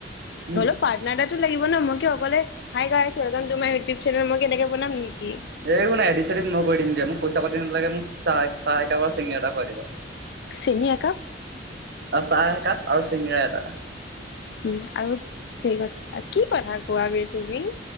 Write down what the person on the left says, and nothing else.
হ'লেও পাৰ্টনাৰ এটাতো লাগিব ন' মই কি অকলে hi guys welcome to my ইউটিউ channel, মই এনেক বনাম নেকি?
চেনী একাপ?
উ, আৰু চিংৰা কি কথা কোৱবি তুমি?